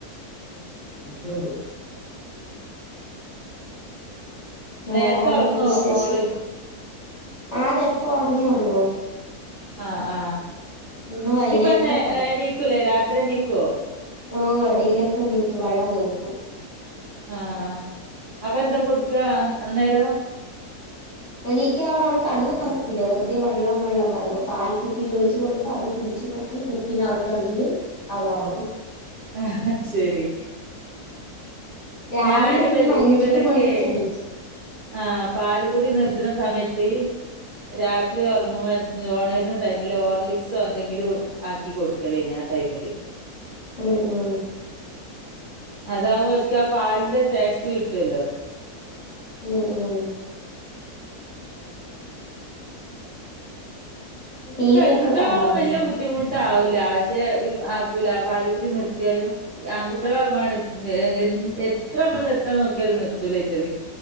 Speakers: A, on the left; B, on the right.
A: മ് വേറെ
B: നേരത്തെ ഒറങ്ങോ
A: വിശേഷം
B: മോള്?
A: ആ അതെപ്പ ഉറങ്ങിയള്ളൂ.
B: ആ ആ
A: ഇന്ന് വൈകുന്നേരത്തെ
B: ഇനിപ്പ എണീക്കൂലേ രാത്രി എണീക്കുവോ?
A: ഓ എടയിലൊക്കെ നീക്കും വെള്ളം കേക്കും.
B: ആ അപ്പൊ എന്താ കൊടുക്ക അന്നേരം?
A: എനിക്ക് അവരു അവള് കണ്ണ തുറക്കില്ല വെറുതെ വെള്ളം വെള്ളം പറയാ അപ്പൊ പൽക്കുപ്പിൽോഴിച്ച്- ടു അത് കുടിച്ചച്ച് കഴിഞ്ഞ് കുക്കന് അവിടെ എറിഞ്ഞ് അവളോറങ്ങു -
B: ആ ശരി.
A: രാവിലെ
B: ഞാന ഇവ
A: പിന്നെ അഞ്ച്
B: ഇവലൊക്കെ
A: മണിക്ക് എണീക്കും
B: ആ- പാലുകുടി നിർത്തണ സമയത്ത് രാത്രി ഉറങ്ങുമ്പോ- ഓണരിന്റെ ടൈമില് ഓർലിക്സോ എന്തെങ്കിലും- ആക്കി കൊടുക്കലേ ഇനി ആ ടൈമില്.
A: ഉം ഉം
B: അതാവുമ്പോ ഓൽക്കാ പാലിന്റെ ടേസ്റ്റ് - കിട്ടല്ലോ.
A: ഉം ഉം ടി
B: ഈ പെൺകുട്ടികള്
A: വി ഒക്കെ കാണാറുണ്ടോ
B: ആവുമ്പൊ വല്ല്യ ബുദ്ധിമുട്ടാ. പെ ആക്കൂല പാലുകൂടി നിർത്തിയാലും ആൺകുട്ടികളാവ എ- എത്ര നമ്മൾ നിർത്താൻ നോക്കിയാല നിർത്തൂല യ്റ്റാൾ.